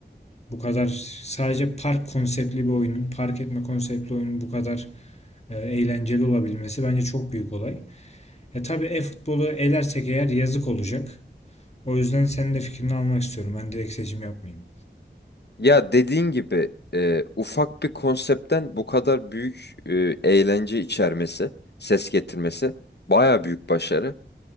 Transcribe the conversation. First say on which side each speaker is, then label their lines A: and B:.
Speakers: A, on the left (about 35°); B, on the left (about 65°).
A: bu kadar sadece park konseptli bir oyunun park etme konseptli oyunun bu kadar e, eğlenceli olabilmesi bence çok büyük olay. Ya tabii e-futbolu elersek eğer yazık olacak. O yüzden senin de fikrini almak istiyorum. Ben direkt seçim yapmayayım.
B: Ya dediğin gibi e, ufak bir konseptten bu kadar büyük e, eğlence içermesi, ses getirmesi baya büyük başarı.